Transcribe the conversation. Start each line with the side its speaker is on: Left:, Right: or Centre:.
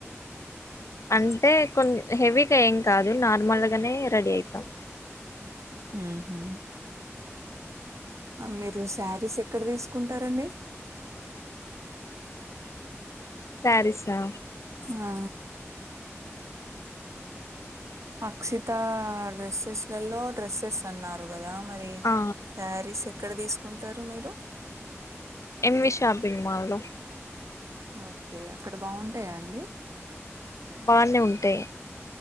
Left: అంటే కొ హెవీగా ఏం కాదు నార్మల్గానే రెడీ అవుతాం
Right: హు హు మీరు శారీస్ ఎక్కడ తీసుకుంటారండి
Left: శారీస్ ఆ
Right: ఆ అక్షిత డ్రెస్సెస్ లలో డ్రెస్సెస్ అన్నారు కదా మరి
Left: ఆ
Right: శారీస్ ఎక్కడ తీసుకుంటారు మీరు
Left: ఎం వి షాపింగ్ మాల్లో
Right: ఓకే అక్కడ బాగుంటాయా అండి
Left: బానే ఉంటాయి